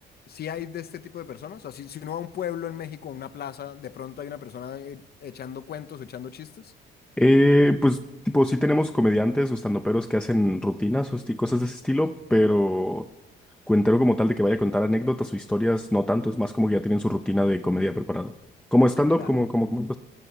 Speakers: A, on the left; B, in the centre.
A: sí hay de este tipo de personas. O sea, si, si uno va a un pueblo en México, a una plaza, de pronto hay una persona eh, echando cuentos, echando chistes.
B: Eh, pues, tipo, sí tenemos comediantes o standuperos que hacen rutinas o esti- cosas de ese estilo, pero cuentero como tal de que vaya a contar anécdotas o historias, no tanto, es más como que ya tienen su rutina de comedia preparada. Como stand-up,
A: Claro,
B: como, como, como...